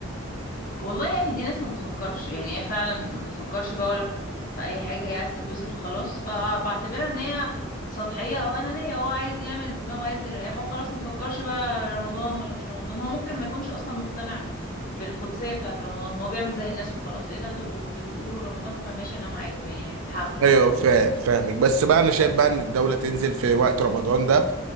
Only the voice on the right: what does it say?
ايوه
فاهم
فاهمك بس بقى انا شايف بقى ان الدولة تنزل في وقت رمضان ده